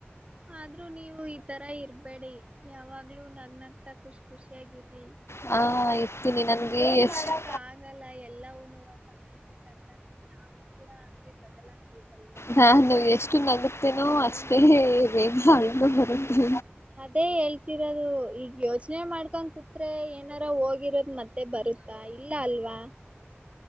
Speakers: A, on the right (about 30°); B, on the left (about 85°).
A: ಆದ್ರೂ ನೀವು ಈ ತರ ಇರ್ಬೇಡಿ ಯಾವಾಗ್ಲೂ ನಗ್ ನಗ್ತಾ ಖುಷಿ ಖುಷಿಯಾಗಿರಿ.
B: ಹಾ ಇರ್ತೀನಿ ನನ್ಗೆ
A: ಏನ್
B: ಎಷ್ಟು
A: ಮಾಡಕ ಆಗಲ್ಲ ಎಲ್ಲವುಣುವ. ಸಮಯಕ್ಕೆೆ ತಕ್ಕಂತೆ ನಾವು ಕೂಡ ಹಂಗೆ ಬದಲಾಗ್ಬೇಕಲ್ಲ.
B: ನಾ ಎಷ್ಟು ನಗತ್ತೇನೋ ಅಷ್ಟೇ ಬೇಗ. ಬರುತ್ತೆ
A: ಅದೇ ಹೇಳ್ತಿರೋದು ಈಗ ಯೋಚನೆ ಮಾಡ್ಕೊಂಡ್ ಕೂತ್ರೆ ಏನಾರ ಹೋಗಿರೋದ ಮತ್ತೆ ಬರುತ್ತಾ ಇಲ್ಲ ಅಲ್ವಾ.